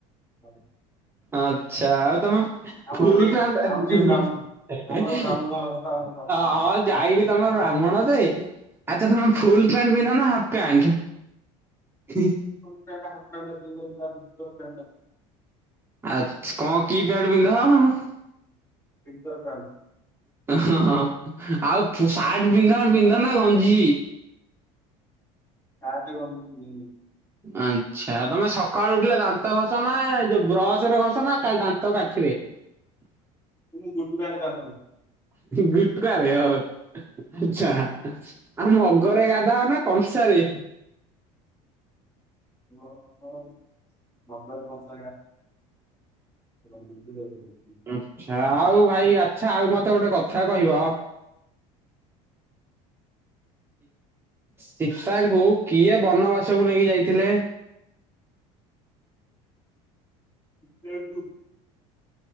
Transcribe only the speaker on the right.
ଆଚ୍ଛା ଆଉ ତମ
ଫୁଲ
ପ୍ୟାଣ୍ଟ
ହିଁ
ହିଁ
<inaudible>
ହଁ। ଯାଇବି ତମର ବ୍ରାହ୍ମଣ ଯେ ଆଚ୍ଛା ତମେ ଫୁଲ ପ୍ୟାଣ୍ଟ ପିନ୍ଧ ନା ହାଫ ପ୍ୟାଣ୍ଟ? ହିଁ ହିଁ।
ଆଚ୍ଛା କଣ କି ପ୍ୟାଣ୍ଟ୍ ପିନ୍ଧ?
ହଁ ହଁ ଆଉ ସାର୍ଟ ପିନ୍ଧ ପିନ୍ଧ ନା ଗଞ୍ଜି?
ଆଚ୍ଛା। ତମେ ସକାଳୁ ଉଠିଲେ ଦାନ୍ତ ଘସ ନା ଯୋଉ ବ୍ରଶ ରେ ଘସ ନା ଦାନ୍ତ କାଠିରେ? <unintelligible>
ଗୁଟଖା ରେ। ଆଛା ଆ ମଗରେ ଗାଧାଅନା କଂସାରେ।
ଆଛା ଆଉ ଭାଇ ଆଚ୍ଛା ଆଉ ମତେ ଗୋଟେ କଥା କହିବ। ସୀତାଙ୍କୁ କିଏ ବନବାସକୁ ନେଇକି ଯାଇଥିଲେ।